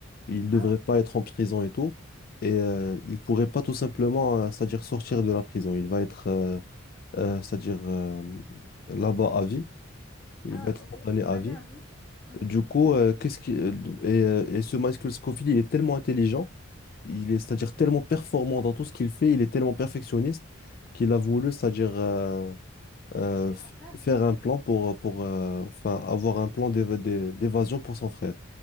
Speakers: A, on the left; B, in the centre.
A: Il ne devrait
B: Ah,
A: pas être en prison et tout. Et euh, il pourrait pas tout simplement, euh, c'est-à-dire sortir de la prison. Il va être, euh, euh, c'est-à-dire, euh, là-bas à vie. Il
B: ah,
A: va être
B: ok.
A: condamné
B: Condamné
A: à vie.
B: à vie. Mhm.
A: Du coup, euh, qu'est-ce qui euh, et, euh, et ce Michael Scofield, il est tellement intelligent, il est c'est-à-dire tellement performant dans tout ce qu'il fait, il est tellement perfectionniste qu'il a voulu, c'est-à-dire euh, euh,
B: Et des
A: f-
B: sans frères.
A: faire un plan pour pour euh, enfin avoir un plan d'éva- d'é- d'évasion pour son frère.